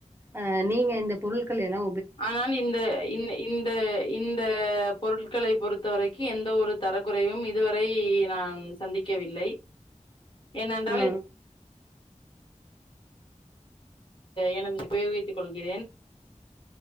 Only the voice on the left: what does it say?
ஆனால் இந்த இந்த இந்த பொருட்களை பொறுத்தவரைக்கி எந்த ஒரு தரக்குறையும் இதுவரை நான் சந்திக்கவில்லை ஏனன்றால்
என <inaudible> உபயோகித்துக் கொள்கிறேன்